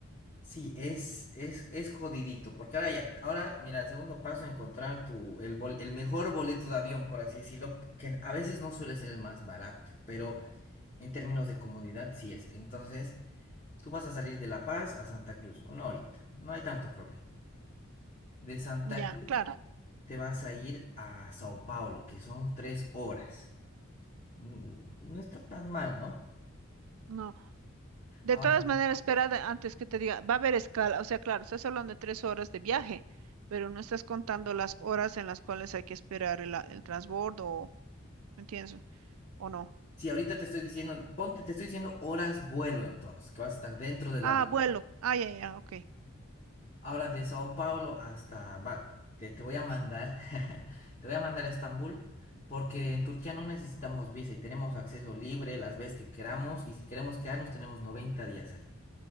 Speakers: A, on the left (about 35°); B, on the right (about 85°).
A: Sí, es, es, es jodidito, porque ahora ya, ahora, mira, el segundo paso, encontrar tu, el, bol- el mejor boleto de avión, por así decirlo, que a veces no suele ser el más barato, pero en términos de comodidad sí es. Entonces, tú vas a salir de La Paz a Santa Cruz, una horita, no hay tanto problema. De Santa
B: Ya,
A: Cruz
B: claro.
A: te vas a ir a Sao Paulo, que son tres horas. Mm, No está tan mal, ¿no?
B: No. De
A: Ahora,
B: todas maneras, espera de- antes que te diga, va a haber escala, o sea, claro, estás hablando de tres horas de viaje, pero no estás contando las horas en las cuales hay que esperar el, a- el transbordo, o- ¿me entiendes? ¿O no?
A: si ahorita te estoy diciendo, ponte, te estoy diciendo horas vuelo entonces, que vas a estar dentro del
B: Ah,
A: avión.
B: vuelo. Ah, ya, ya, ok.
A: Ahora de Sao Paulo hasta... va- te, te voy a mandar, <laughs> te voy a mandar a Estambul, porque en Turquía no necesitamos visa y tenemos acceso libre las veces que queramos y si queremos quedarnos tenemos 90 días ahí.